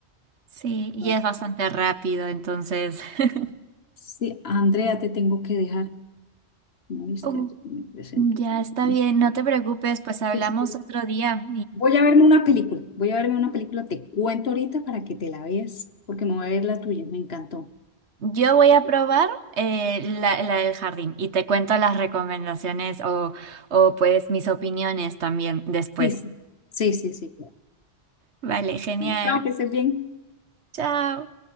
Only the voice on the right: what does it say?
Sí, y
es bastante rápido, entonces. <laughs>
Uh,
ya está
bien, no te preocupes, pues hablamos
otro día
Yo voy a probar eh, la, la del jardín y te cuento las recomendaciones o, o pues mis opiniones también después.
Vale, genial.
Chao.